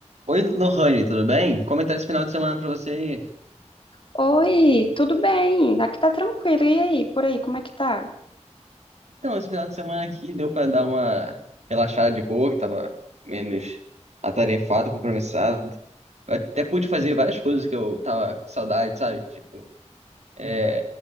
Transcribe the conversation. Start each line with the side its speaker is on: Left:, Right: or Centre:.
Right: Oi, Lohane, tudo bem? Comentário esse final de semana pra você.
Left: Oi, tudo bem? Aqui tá tranquilo. E aí, por aí, como é que tá?
Right: Então, esse final de semana aqui deu pra dar uma relaxada de boa, que tava menos atarefado, compromissado. Eu até pude fazer várias coisas que eu tava com saudade, sabe? Tipo, é,